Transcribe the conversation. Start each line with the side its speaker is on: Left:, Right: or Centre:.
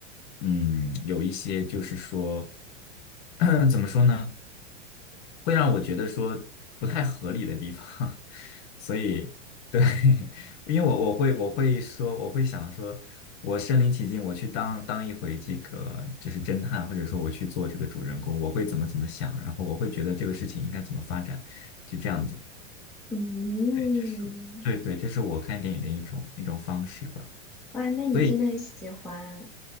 Left: 嗯，有一些就是说，<clears throat> 怎么说呢？会让我觉得说不太合理的地方，<laughs> 所以对，<laughs> 因为我我会我会说我会想说，我身临其境，我去当当一回这个就是侦探，或者说我去做这个主人公，我会怎么怎么想，然后我会觉得这个事情应该怎么发展，就这样子，
Centre: 嗯，
Left: 这是对对，这是我看电影的一种一种方式吧，
Centre: 哇，那你真的很喜欢，
Left: 所以